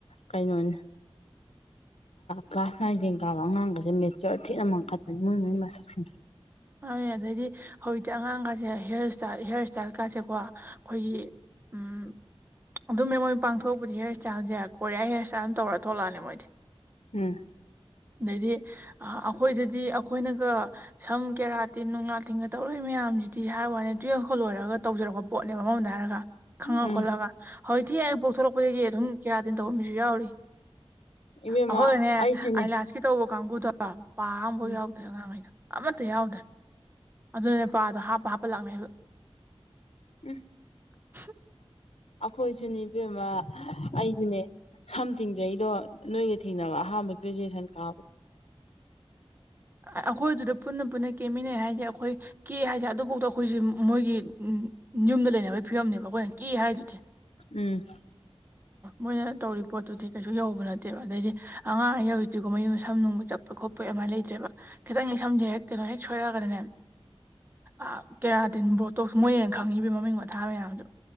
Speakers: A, on the left (about 80°); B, on the right (about 20°).
A: ꯀꯩꯅꯣꯅꯦ ꯀ꯭ꯂꯥꯁ ꯅꯥꯏꯟ ꯇꯦꯟ ꯀꯥꯕ ꯑꯉꯥꯡꯒꯁꯦ ꯃꯦꯆꯔ ꯊꯤꯅ ꯑꯃꯥꯟ ꯀꯠꯄꯅꯤ ꯃꯣꯏ ꯃꯣꯏꯒꯤ ꯃꯁꯛꯁꯤꯡ
B: ꯃꯥꯅꯦ ꯑꯗꯩꯗꯤ ꯍꯧꯖꯤꯛꯇꯤ ꯑꯉꯥꯡꯒꯥꯁꯦ ꯍꯌꯔ ꯁ꯭ꯇꯥꯏꯜ ꯍꯤꯌꯔ ꯁ꯭ꯇꯥꯏꯜꯀꯥꯁꯦꯀꯣ ꯑꯩꯈꯣꯏꯒꯤ ꯎꯝ ꯑꯗꯨꯝ ꯃꯦꯝ ꯃꯣꯏ ꯄꯥꯡꯊꯣꯛꯄ ꯍꯌꯔ ꯏꯁꯇꯥꯏꯜꯁꯦ ꯀꯣꯌꯥ ꯍꯌꯔ ꯏꯁꯇꯥꯏꯜꯝ ꯇꯧꯔ ꯊꯣꯛꯂꯛꯑꯅꯤ ꯃꯣꯏꯗꯤ
A: ꯎꯝ
B: ꯑꯗꯩꯗꯤ ꯑꯩꯈꯣꯏꯗꯗꯤ ꯑꯩꯈꯣꯏꯅꯒ ꯁꯝ ꯀꯦꯔꯥꯇꯤꯟ ꯅꯨꯡꯅꯥꯥ ꯇꯤꯟꯒ ꯇꯧꯔꯣꯏ ꯃꯌꯥꯝꯁꯤꯗꯤ ꯍꯥꯏ ꯋꯥꯅꯦ ꯇꯨꯌꯦꯞꯀ ꯂꯣꯏꯔꯒ ꯇꯧꯖꯔꯛꯄ ꯄꯣꯠꯅꯦꯕ ꯑꯃꯔꯣꯝꯗ ꯍꯥꯏꯔꯒ ꯈꯪꯉ
A: ꯎꯝ
B: ꯈꯣꯠꯂꯒ ꯍꯧꯖꯤꯛꯇꯤ ꯑꯩ ꯄꯣꯛꯊꯣꯔꯛꯄꯗꯒꯤ ꯑꯗꯨꯝ ꯀꯦꯌꯥꯇꯤꯟ ꯇꯧꯕ ꯃꯤꯁꯨ ꯌꯥꯎꯔꯤ
A: ꯏꯕꯦꯝꯃ
B: ꯑꯩꯈꯣꯏꯅꯦ
A: ꯑꯩꯁꯨꯅꯦ
B: ꯑꯥꯏꯂꯥꯁꯀꯤ ꯇꯧꯕ ꯀꯥꯡꯕꯨꯗꯣ ꯄꯥ ꯑꯃꯐꯥꯎ
A: ꯎꯝ
B: ꯌꯥꯎꯗ꯭ꯔꯦ ꯑꯉꯥꯡꯍꯩꯗꯣ ꯑꯝꯇ ꯌꯥꯎꯗ꯭ꯔꯦ ꯑꯗꯨꯅꯦꯄꯥꯗꯣ ꯍꯥꯞꯄ ꯍꯥꯞꯄ ꯂꯥꯛꯅꯩꯕ <inaudible>
A: ꯎꯝ ꯑꯩꯈꯣꯏꯁꯨꯅꯦ ꯏꯕꯦꯝꯃ ꯑꯩꯁꯨꯅꯦ ꯁꯝ ꯊꯤꯡꯖꯩꯗꯣ ꯅꯣꯏꯒ ꯊꯦꯡꯅꯕ ꯑꯍꯥꯟꯕ ꯒ꯭ꯔꯦꯖꯨꯑꯦꯁꯟ ꯀꯥꯕꯗꯣ
B: ꯑꯩꯈꯣꯏ ꯑꯗꯨꯗ ꯄꯨꯟꯅ ꯄꯨꯟꯅ ꯀꯦꯃꯤꯟꯅꯩ ꯍꯥꯏꯁꯦ ꯑꯩꯈꯣꯏ ꯀꯦ ꯍꯥꯏꯁꯦ ꯑꯗꯨꯐꯥꯎꯗ ꯑꯩꯈꯣꯏꯁꯦ ꯃꯣꯏꯒꯤ ꯌꯨꯝꯗ ꯂꯩꯅꯕꯒꯤ ꯐꯤꯕꯝꯅꯦꯕ ꯑꯩꯈꯣꯏꯅ ꯀꯦ ꯍꯥꯏꯗꯨꯗꯤ
A: ꯎꯝ
B: ꯃꯣꯏꯅ ꯇꯧꯔꯤ ꯄꯣꯠꯇꯨꯗꯤ ꯀꯩꯁꯨ ꯌꯧꯕ ꯅꯠꯇꯦꯕ ꯑꯗꯩꯗꯤ ꯑꯉꯥꯡꯉꯩꯅ ꯍꯧꯖꯤꯛꯇꯤ ꯃꯌꯨꯝ ꯁꯝꯅꯨꯡꯒ ꯆꯞ ꯈꯣꯠꯄ ꯑꯃꯥꯏ ꯂꯩꯇ꯭ꯔꯦꯕ ꯈꯤꯇꯪ ꯁꯝꯁꯦ ꯍꯦꯛ ꯀꯩꯅꯣ ꯍꯦꯛ ꯁꯣꯏꯔꯛꯑꯒꯗꯅꯦ ꯑ-ꯀꯦꯔꯥꯇꯤꯟ ꯕꯣꯇꯣꯛꯁ ꯃꯣꯏꯅ ꯍꯦꯟꯅ ꯈꯪꯉꯤꯕ ꯃꯃꯤꯡ ꯃꯊꯥ ꯃꯌꯥꯝꯗꯣ